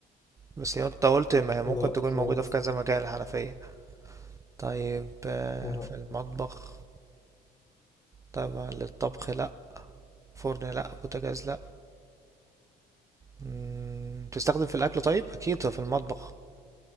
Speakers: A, on the right; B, on the left.
A: بس هي انت قلت ما هي ممكن
B: لا
A: تكون موجودة
B: خالص
A: في كذا مكان الحنفية طيب آه،
B: لا
A: في المطبخ طبعا للطبخ لأ فرن لأ بوتاجاز لأ مم، تستخدم في الأكل طيب أكيد في المطبخ